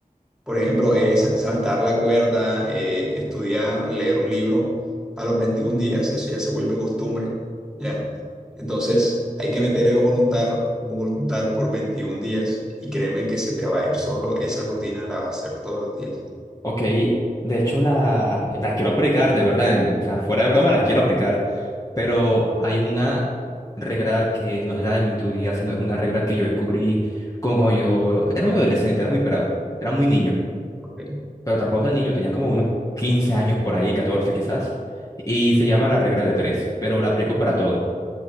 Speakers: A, in the centre; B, on the left (about 20°).
A: Por ejemplo, eh, sa- saltar la cuerda, eh, estudiar, leer un libro, a los 21 días eso ya se vuelve costumbre. Ya. Entonces, hay que meter eh, voluntad, voluntad por 21 días y créeme que se te va a ir solo esa rutina, la vas a hacer todos los días.
B: Ok, de hecho la, la quiero aplicar, de verdad, en- o sea, fuera de broma la quiero aplicar, pero hay una regla que no es la de mi teoría, sino es una regla que yo descubrí con cuando yo era un adolescente, era muy pelado, era muy niño,
A: Ok.
B: pero tampoco tan niño, tenía como unos 15 años por ahí, 14 quizás, y se llama la regla de tres, pero la aplico para todo.